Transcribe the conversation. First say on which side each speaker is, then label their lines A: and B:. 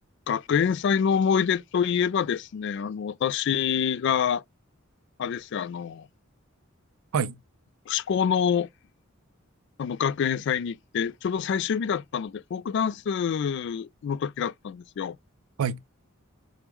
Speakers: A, on the left (about 55°); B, on the right (about 85°).
A: 学園祭の思い出といえばですね、あの、私が、あれですよ、あの、
B: はい、
A: 志向の、あの、学園祭に行って、ちょうど最終日だったので、フォークダンスの時だったんですよ。
B: はい。